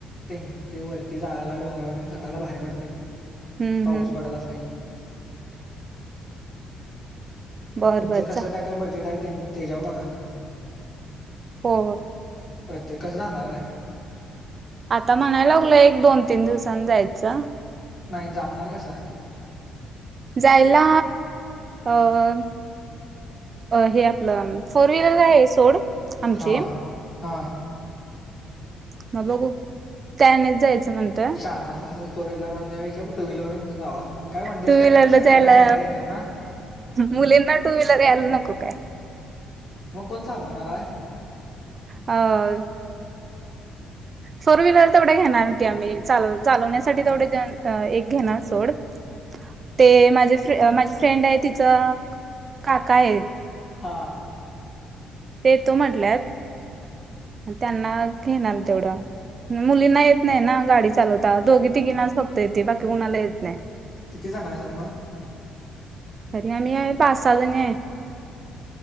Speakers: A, on the left; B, on the right.
A: तेन ते वरती जायला डोंगरावतेन चढायला भारी वाटतय.
B: हम्म
A: पाऊस
B: हम्म
A: पडत आसला की.
B: बर
A: तुमचं
B: बर
A: कसं
B: चा
A: काय काय बजेट हाय तेन तेज्या वर बघा तुम्ही.
B: हो.
A: प्रत्येक कसं जाणार हाय?
B: आता म्हणाय लागलोय एक दोन तीन दिवसान जायचं.
A: नाई जाणार कसं हाय?
B: जायला अम् हे आपलं म् फोर व्हीलर काय हायचं सोड. आमची
A: हां हां.
B: मग बघू त्यानेच जायचं म्हणतोय
A: शहाणा असलासा तर फोर व्हीलर माधन पेक्ष्या टू व्हीलर वरून जावा. काय वनडे
B: टू
A: च
B: व्हीलरला
A: करणार हाय सकाळी
B: जायला
A: जाऊन संध्याकाळी येणार ना?
B: मुलींना टू व्हीलर यायला नको काय.
A: मग कोण चालवणारा हाय?
B: अं. फोर व्हीलर तेवढं घेणार की आम्ही चालव चालवण्यासाठी तेवढे जेन्स एक घेणार सोड. ते माझे माझे फ्रेंड हाय तिचं काका हाय.
A: हां.
B: ते येतो म्हटल्यात आणि त्यांना घेणार तेवढं. मुलींना येत नाई ना गाडी चालवता दोघी तिघीनाच फक्त येते बाकी कुणाला येत नाई.
A: किती जण हायसा म?
B: तरी आम्ही हाय पाच साहा जणी हाय.